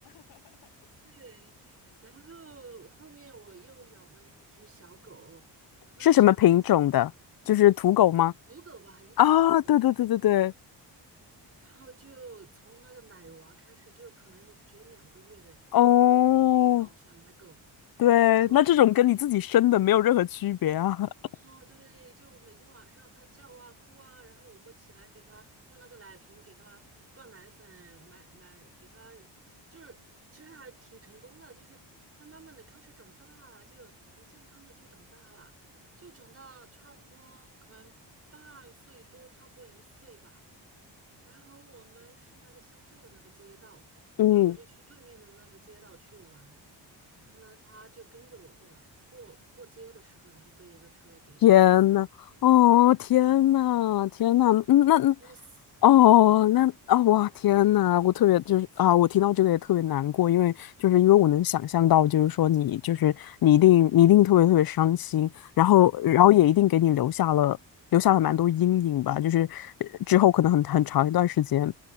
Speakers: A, on the right; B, on the left.
A: 对，然后后面我又养了一只小狗，那只小狗就是
B: 是什么品种的？就是土狗吗？
A: 土狗吧，应该是土狗。
B: 啊，对对对对对，
A: 然后就从那个奶娃开始，就可能只有两个月的那种奶奶狗、
B: 哦。
A: 小奶狗，
B: 对，
A: 就
B: 那这种跟你自己生的没有任何区别啊。
A: 哦，
B: <laughs>
A: 对，就每天晚上他叫啊哭啊，然后我会起来给他用那个奶瓶给他灌奶粉，买买给他，就是其实还挺成功的，就是他慢慢的开始长大，就很健康的就长大了，就长到差不多可能半岁多，差不多一岁吧。然后我们是那个乡下的那个街道，
B: 嗯，
A: 然后我就去对面的那个街道去玩，然后呢，他就跟着我过来，过过街的时候，然后被一个车给压死，
B: 天呐，哦，天呐，天呐，
A: 我就哭死了。
B: 嗯，那，嗯哦，那啊，哇，天呐，我特别就是啊，我听到这个也特别难过，因为就是因为我能想象到，就是说你就是你一定你一定特别特别伤心，然后然后也一定给你留下了留下了蛮多阴影吧，
A: 嗯，
B: 就是呃之后可能很很长一段时间，